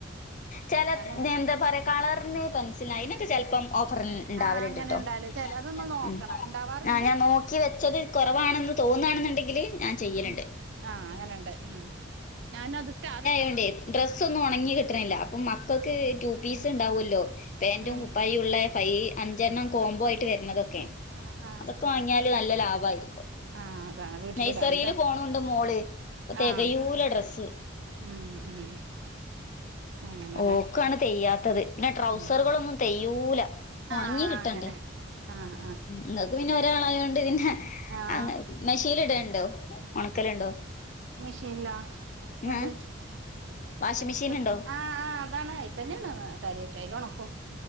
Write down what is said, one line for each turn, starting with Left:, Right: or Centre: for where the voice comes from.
Left: ചെലത്
Right: ഞാനോ
Left: എന്താ പറയാ കളറിന് പെൻസിൽന് അയിന് റ്റ് ചെലപ്പം ഓഫറിന് ഇണ്ടാവലുണ്ട്ട്ടോ.
Right: ആഹ് അങ്ങനെ ഇണ്ടാവല് ചെല അത് നമ്മൾ നോക്കണം
Left: ഉം
Right: ഇണ്ടാവാറുണ്ട്
Left: ആഹ് ഞാൻ നോക്കി വെച്ചത് കൊറവാണ് ന്ന് തോന്നാണ് ന്നുണ്ടെങ്കില് ഞാൻ ചെയ്യലുണ്ട്.
Right: ഉം ആഹ് അങ്ങനെണ്ട്. ഉം ഞാനത് സ്റ്റാറിട്ട് വെ
Left: ട്ടേ ഡ്രസ് ഒന്നും ഒണങ്ങി കിട്ട്ണില്ല. അപ്പം മക്കൾക്ക് ടു പീസ് ഉണ്ടാവല്ലോ. പേന്റും
Right: ഉം
Left: കുപ്പായൂള്ളെ ഫൈ അഞ്ചെണ്ണം കോംബോ ആയിട്ട് വര്നതൊക്കെ
Right: ആഹ് ആഹ്
Left: അതൊക്കെ വാങ്ങിയാൽ ല് നല്ല ലാഭായിരിക്കും.
Right: ആഹ് അതാണ് വീട്ടിലിടാൻല്ലേ
Left: നെയ്സറീല് പോണൂണ്ട് മോള് അപ്പൊ തെകയൂല
Right: ആഹ്
Left: ഡ്രസ്സ്.
Right: ഉം ഉം അങ്ങനെല്ലേ
Left: ഓക്കാണ് തെയ്യാത്തത് പിന്നെ ട്രൗസറുകളൊന്നും
Right: ഉം
Left: തെയ്യൂല. ഒണങ്ങി
Right: ആഹ്
Left: കിട്ടണ്ടേ.
Right: അങ്ങനെ ആഹ് ആഹ്
Left: ഇങ്ങക്ക് പിന്നെ ഒരാളായോണ്ട് പിന്നെ
Right: ആഹ്
Left: അങ്ങ് മെഷീല് ഇട്ണ്ടോ, ഒണക്കലുണ്ടോ?
Right: മെഷീൻല്ലാ. എന്ത്?
Left: ഏഹ് വാഷിംഗ്
Right: അഹ്
Left: മെഷീൻ
Right: ഡ്രസ്സ്
Left: ഉണ്ടോ
Right: ആഹ് അതാണ് അയ്തന്നേണ് കാര്യായ്റ്റ് അയ്ലൊണക്കും.